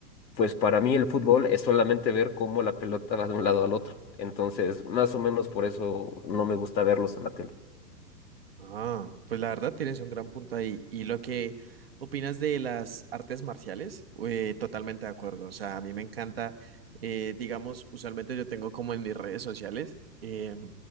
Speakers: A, on the left; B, on the right.
A: Pues para mí el fútbol es solamente ver cómo la pelota va de un lado al otro. Entonces, más o menos por eso no me gusta verlos en la tele.
B: Ah, pues la verdad tienes un gran punto ahí. Y lo que opinas de las artes marciales, eh, totalmente de acuerdo. O sea, a mí me encanta, eh, digamos, usualmente yo tengo como en mis redes sociales eh,